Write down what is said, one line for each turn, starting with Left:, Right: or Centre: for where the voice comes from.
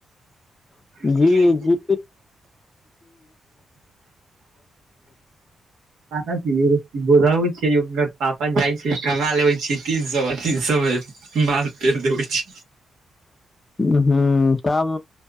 Left: बाहर?
Right: जी <inaudible>
Left: जी
Right: पाता छै उराउ छै ओकर पापा जाइ छै गा लेबे छी तीन सए तीन सए मे माल पेड़ देवे छी
Left: हुॅं ताम